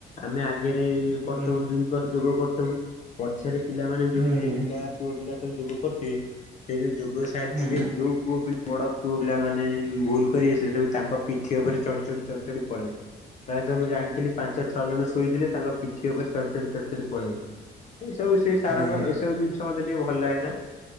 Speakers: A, on the left; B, on the right.
A: ଆମେ ଆ କରି
B: ହୁଁ
A: ଡ ଯୋଗ କରି ପଛରେ ପିଲମାନେ ଯୋଉ
B: ହୁଁ। ହୁଁ
A: ଝିଅ ପିଲା ପୁଅ ପିଲା ସବୁ ଯୋଗ କରିଥିବେ, ସେଇ ଯୋଉ ଯୋଗ ସାର୍
B: ହୁଁ
A: ଯିବେ ଯୋଉ ପୁଅ ବଡ ପୁଅ ପିଲାମାନେ ଭୁଲ କରିବେ, ସେ ସବୁ ତାଙ୍କ ପିଠି ଉପରେ ଚଢି ଚଢି ଚଢି ଚଢି ପଳେଇବେ। ପ୍ରାୟତଃ ମୁଁ ଜାଣିଥିଲି ପାଞ୍ଚ ଛଅ ଜଣ ଶୋଇଥିଲେ, ତାଙ୍କ ପିଠି ଉପରେ ଚଢ଼ି ଚଢି ଚଢ଼ି ଚଢ଼ି ପଳେଇଲେ ଏ ସବୁ ସେଇ
B: ହୁଁ
A: ସାରଙ୍କର ଏସବୁ ଜିନିଷ ମତେ ଟିକେ ଭଲ ଲାଗେ ନା?